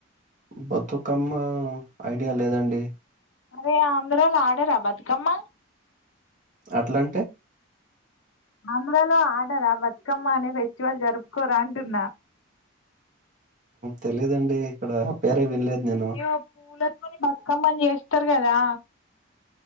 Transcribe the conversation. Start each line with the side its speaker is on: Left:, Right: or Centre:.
Right: బతుకమ్మ ఐడియా లేదండి
Left: అరే అందరూ అలా ఆడరా బతుకమ్మ
Right: అట్లా అంటే
Left: ఆంధ్రాలో ఆడరా బతుకమ్మ అనే ఫెస్టివల్ జరుపుకోరా అంటున్నా
Right: తెలిదండి ఇక్కడ ఆ పేరే వినలేదు నేను.
Left: యో పూలలుకొని బతుకమ్మని చేస్తారు కదా